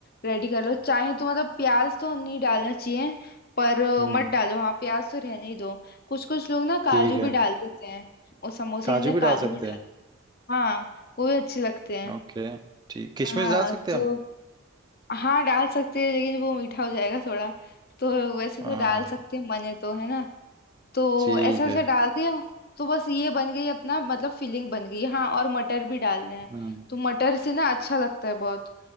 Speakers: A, on the left (about 45°); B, on the right (about 20°).
A: रेडी कर लो चाहे तो मतलब प्याज तो नहीं डालना चाहिए पर अ,
B: हम्म,
A: मत डालो हाँ प्याज तो रहने ही दो कुछ कुछ लोग ना
B: ठीक
A: काजू
B: है
A: भी डाल देते हैं और समोसे
B: काजू
A: के अंदर
B: भी डाल
A: काजू
B: सकते
A: भी डाल
B: हैं
A: हाँ वो भी अच्छे लगते हैं
B: ओके ठीक किशमिश
A: हाँ
B: डाल सकते
A: तो
B: हैं हम
A: हाँ डाल सकते हैं लेकिन वो मीठा हो जाएगा थोड़ा तो वैसे तो
B: हाँ
A: डाल सकते हैं मन है तो है ना तो
B: ठीक
A: ऐसा ऐसे
B: है
A: डाल दिया तो बस ये बन गई अपना मतलब फिलिंग बन गई हाँ और मटर भी डालने हैं
B: हम्म
A: तो मटर से ना अच्छा लगता है बहुत